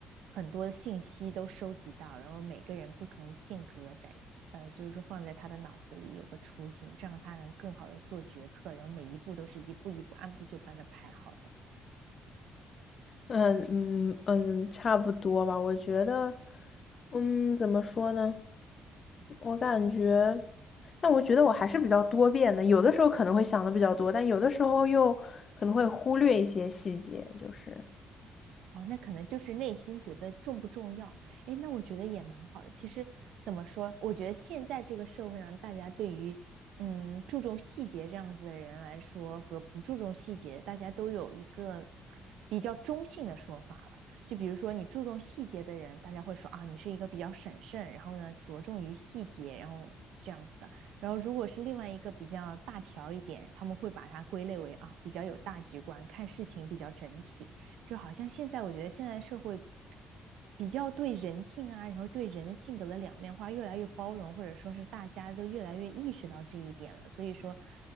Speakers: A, on the right (about 80°); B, on the left (about 45°).
A: 很多信息都收集到，然后每个人不同性格展现，呃，就是说放在他的脑子里有个雏形，这样他能更好的做决策，然后每一步都是一步一步按部就班的排好的。
B: 嗯嗯嗯，差不多吧。我觉得，嗯，怎么说呢？我感觉，但我觉得我还是比较多变的，有的时候可能会想的比较多，但有的时候又可能会忽略一些细节，就是
A: 哦，那可能就是内心觉得重不重要？哎，那我觉得也蛮好的。其实怎么说，我觉得现在这个社会上，大家对于嗯注重细节这样子的人来说，和不注重细节，大家都有一个比较中性的说法了。就比如说，你注重细节的人，大家会说啊，你是一个比较审慎，然后呢着重于细节，然后这样子的。然后如果是另外一个比较大条一点，他们会把它归类为啊比较有大局观，看事情比较整体。就好像现在我觉得现在社会比较对人性啊，然后对人的性格的两面化越来越包容，或者说是大家都越来越意识到这一点了。所以说，